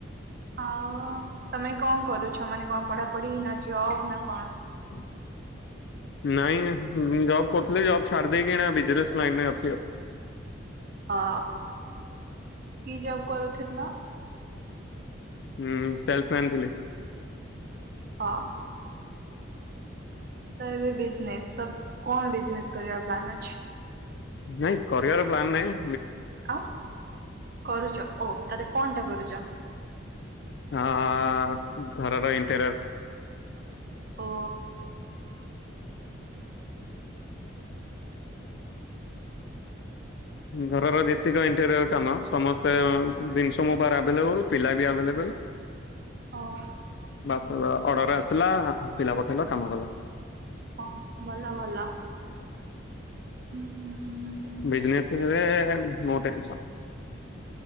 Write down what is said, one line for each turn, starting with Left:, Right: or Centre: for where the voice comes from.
Right: ଆଉ ତମେ କଣ କରୁଛ ମାନେ କଣ ପଢାପଢି ନା ଜବ ନା କଣ?
Left: ହୁଁ <inaudible> ନାଇଁ ଯବ୍ କରୁଥିଲି ଯବ୍ ଛାଡି ଦେଇକି ଏଣେ ବିିଜନେସ୍ ଲାଇନରେ ଅଛି।
Right: ଅ କି ଜବ୍ କରୁଥିଲ?
Left: ହୁଁ ସେଲସ୍ ମ୍ୟାନ ଥିଲି।
Right: ହଁ। ତ ଏବେ ବିିଜନେସ୍ ତ କଣ ବିିଜନେସ୍ କରିୟାର ପ୍ଲାନ୍ ଅଛି?
Left: ନାଇଁ କରିବାର ପ୍ଲାନ୍ ନାଇଁ
Right: ଅ କରୁଛ ଓ ତାଲେ କଣ ଟା କରୁଛ?
Left: ହଁ ଘରର ଇଣ୍ଟୋରିୟର
Right: ଓ।
Left: ଘରର ଯେତିକ ଇଣ୍ଟେରିୟର କାମ ସମସ୍ତେ ଜିନିଷ ମୋ ଉପ ଆଭେଲେବୁଲ ପିଲା ବି ଆଭେଲେବୁଲ। ହଲ <unintelligible>
Right: ହଁ।
Left: ଅର୍ଡର ଆସଥିଲା ପିଲା ପଠେଇଲ କାମ କଲ।
Right: ହଁ ଭଲ ଭଲ। ହୁଁ ହୁଁ।
Left: ବିଜିନେସରେ ନୋ ଟେନ୍ସନ୍।